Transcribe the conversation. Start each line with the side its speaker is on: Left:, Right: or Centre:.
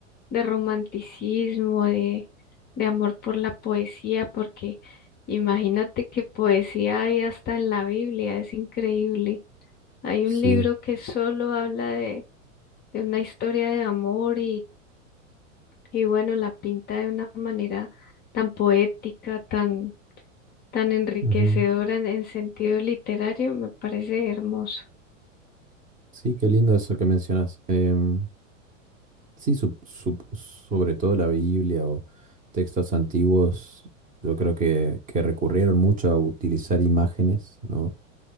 Left: de romanticismo, de, de amor por la poesía, porque imagínate que poesía hay hasta en la Biblia, es increíble. Hay
Right: Sí.
Left: un libro que solo habla de, de una historia de amor Y bueno, la pinta de una manera tan poética, tan, tan enriquecedora
Right: Ujú.
Left: en, en sentido literario, me parece hermoso.
Right: Sí, qué lindo eso que mencionas. Em, sí, sup- sup- sobre todo la Biblia o textos antiguos, yo creo que, que recurrieron mucho a utilizar imágenes, ¿no?